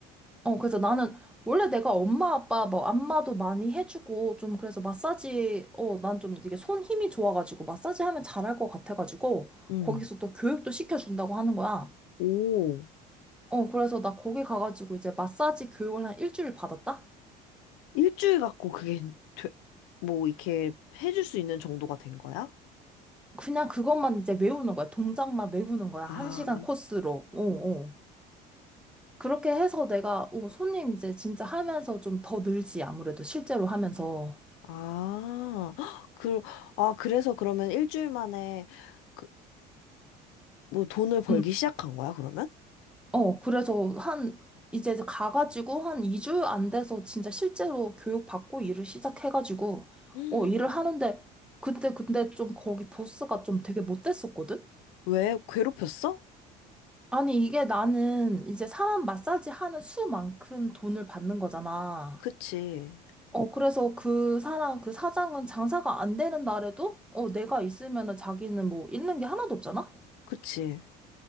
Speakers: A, in the centre; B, on the left.
A: 어, 그래서 나는 원래 내가 엄마 아빠 뭐 안마도 많이 해주고 좀 그래서 마사지 어, 난 좀 이게 손 힘이 좋아가지고 마사지 하면 잘할 것 같아가지고
B: 응.
A: 거기서 또 교육도 시켜준다고 하는 거야.
B: 오,
A: 어, 그래서 나 거기 가가지고 이제 마사지 교육을 한 일주일 받았다?
B: 일주일 갖고 그게, 되, 뭐, 이렇게 해줄 수 있는 정도가 된 거야?
A: 그냥 그것만 이제 외우는 거야. 동작만 외우는 거야.
B: 아,
A: 한 시간 코스로. 어, 어. 그렇게 해서 내가 어, 손님 이제 진짜 하면서 좀 더 늘지 아무래도 실제로 하면서.
B: 아, 헉, 그, 아, 그래서 그러면 일주일 만에, 그, 뭐, 돈을 벌기
A: 음.
B: 시작한 거야, 그러면?
A: 어, 그래서 한, 이제 가가지고 한 2주 안 돼서 진짜 실제로 교육받고 일을 시작해가지고,
B: 음.
A: 어, 일을 하는데, 그때 근데 좀 거기 보스가 좀 되게 못됐었거든?
B: 왜? 괴롭혔어?
A: 아니, 이게 나는 이제 사람 마사지 하는 수만큼 돈을 받는 거잖아.
B: 그치,
A: 어, 그래서 그 사람, 그 사장은 장사가 안 되는 날에도, 어, 내가 있으면은 자기는 뭐 잃는 게 하나도 없잖아?
B: 그치.